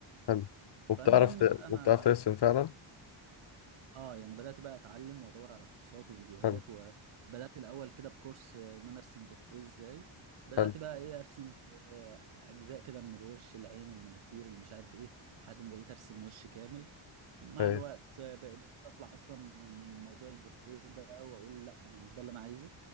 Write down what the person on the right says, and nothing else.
فالمهم
بقى انا
اه يعني بدات بقى اتعلم وادور على كورسات وفيديوهات
وبدات الاول كده بكورس آه، ان انا ارسم بورتريه ازاي بدات
بقى ايه ارسم في آه، اجزاء كده من الوش العين المناخير اللي مش عارف ايه لحد ما بقيت ارسم وش كامل مع
الوقت آه، بق- بقيت اطلع اصلا من الموضوع البورتريه ده واقول لا انا مش ده اللي انا عايزه